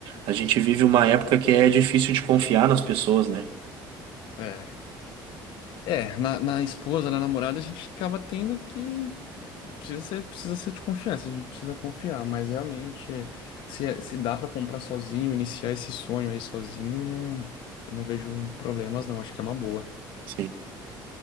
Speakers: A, on the right (about 75°); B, on the left (about 70°).
A: a gente vive uma época que é difícil de confiar nas pessoas, né?
B: É, é na, na esposa, na namorada, a gente acaba tendo que. Precisa ser, precisa ser de confiança, a gente precisa confiar. Mas realmente, se, se dá para comprar sozinho, iniciar esse sonho aí sozinho, não, eu não vejo problemas, não. Acho que é uma boa.
A: Sim.